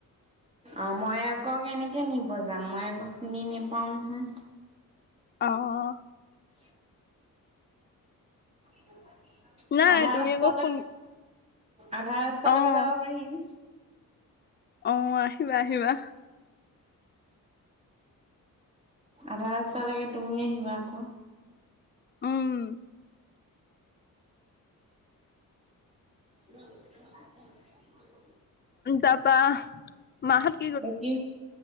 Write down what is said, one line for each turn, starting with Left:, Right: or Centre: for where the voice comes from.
Right: অ মই আকৌ কেনেকৈ নিব যাম মই আকৌ চিনি নেপাওঁ নহয়।
Left: অ অ
Right: <unintelligible> <unintelligible>
Left: নাই
Right: আধা
Left: তুমি
Right: ৰাস্তালৈক
Left: আকৌ ফোন
Right: আধা ৰাস্তালৈকে
Left: অ',
Right: যাব পাৰিম।
Left: অ আহিবা আহিবা।
Right: আধাৰাস্তালৈকে তুমি আহিবা আক
Left: উম
Right: <unintelligible>
Left: তাৰপা মা হঁত
Right: বাকী